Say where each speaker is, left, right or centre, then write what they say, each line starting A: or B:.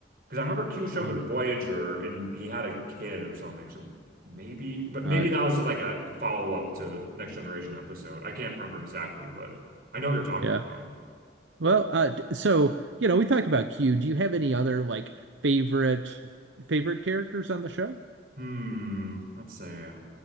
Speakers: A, on the right; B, on the right.
A: Because I remember Q showed
B: Oh,
A: up in Voyager and he had a kid or something. So maybe, but
B: uh
A: maybe that was just like a follow-up to the Next Generation episode. I can't remember exactly, but I know what you're talking
B: yeah.
A: about.
B: Well, uh, d- so you know, we talked about Q. Do you have any other like favorite favorite characters on the show?
A: Hmm. Let's say uh,